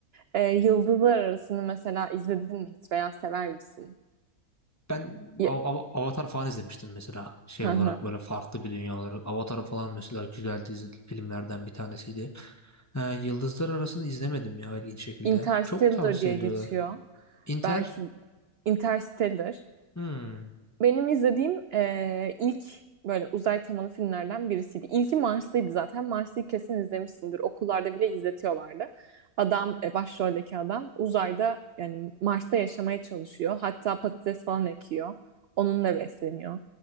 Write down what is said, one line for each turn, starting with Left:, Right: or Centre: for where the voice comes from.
Right: Ee, Yıldızlar Arası'nı mesela izledin mi hiç veya sever misin?
Left: Ben
Right: Y-
Left: Av- Av- Avatar falan izlemiştim mesela şey
Right: Hı
Left: olarak
Right: hı.
Left: böyle farklı bir dünya olarak. Avatar falan mesela güzel dizi filmlerden bir tanesiydi. Ee, Yıldızlar Arası'nı izlemedim ya ilginç şekilde.
Right: Interstellar
Left: Çok tavsiye
Right: diye geçiyor.
Left: ediyorlar. Inter?
Right: Belki Interstellar.
Left: Hmm.
Right: Benim izlediğim e, ilk böyle uzay temalı filmlerden birisiydi. İlki Marslıydı zaten. Marslı'yı kesin izlemişsindir. Okullarda bile izletiyorlardı. Adam, e, başroldeki adam uzayda yani Mars'ta yaşamaya çalışıyor. Hatta patates falan ekiyor. Onunla besleniyor.